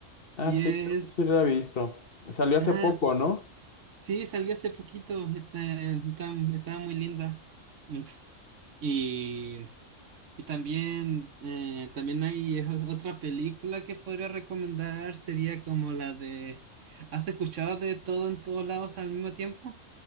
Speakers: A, on the left; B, on the right.
A: Ah,
B: y
A: sí,
B: es...
A: creo que sí la he visto. Salió hace
B: ah,
A: poco, ¿no?
B: Sí, salió hace poquito, está, está- está muy linda. Mm, Y, y también, eh, también hay es- otra película que podría recomendar, sería como la de... ¿Has escuchado de todo en todos lados al mismo tiempo?